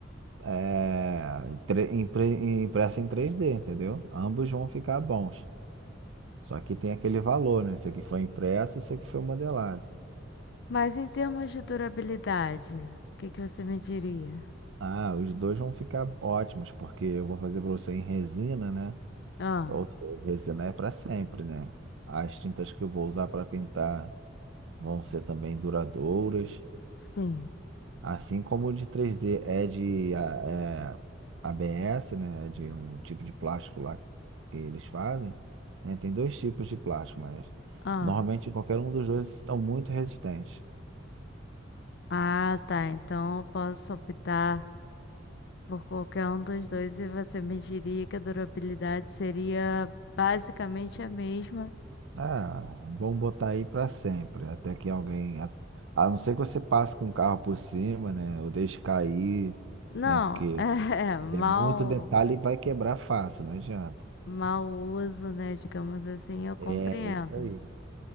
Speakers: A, on the right; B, on the left.
A: É, tre- impre- impressa em 3D, entendeu? Ambos vão ficar bons. Só que tem aquele valor, né? Isso aqui foi impresso, isso aqui foi modelado.
B: Mas em termos de durabilidade, o que que você me diria?
A: Ah, os dois vão ficar ótimos, porque eu vou fazer para você em resina, né?
B: Ah,
A: Ou seja, resina é para sempre, né? As tintas que eu vou usar para pintar vão ser também duradouras,
B: sim.
A: assim como o de três d é de a- é, ABS, né? É de um tipo de plástico lá que eles fazem. né? Tem dois tipos de plástico, mas
B: Ah,
A: normalmente qualquer um dos dois são muito resistentes.
B: ah, tá. Então eu posso optar por qualquer um dos dois e você me diria que a durabilidade seria basicamente a mesma.
A: Ah, vamos botar aí para sempre, até que alguém, a, a não ser que você passe com o carro por cima, né, ou deixe cair,
B: Não,
A: né, porque
B: <laughs> é, mal,
A: tem muito detalhe e vai quebrar fácil, não adianta.
B: mal uso, né? Digamos assim, eu compreendo.
A: É isso aí,